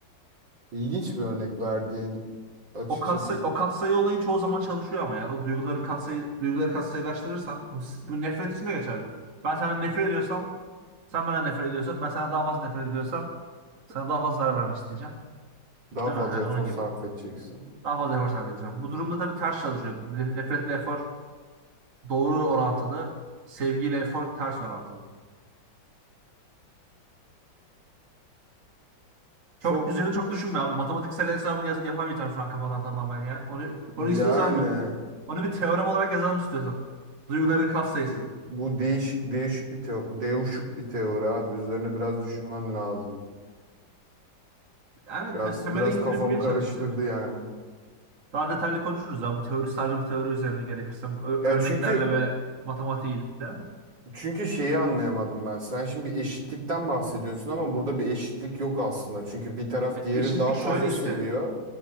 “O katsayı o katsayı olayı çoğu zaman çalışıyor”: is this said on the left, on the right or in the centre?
Right